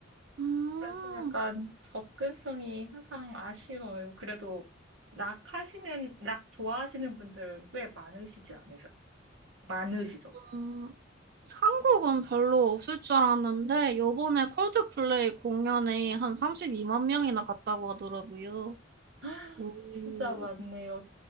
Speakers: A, on the right; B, on the right.
A: <laughs> 음,
B: 그래서 약간 접근성이 항상 아쉬워요. 그래도 락 하시는, 락 좋아하시는 분들 꽤 많으시지 않으세요? 많으시죠?
A: 음, 한국은 별로 없을 줄 알았는데 요번에 콜드플레이 공연에 한 32만 명이나 갔다고 하더라고요.
B: <gasps>
A: 오.
B: 진짜 많네요.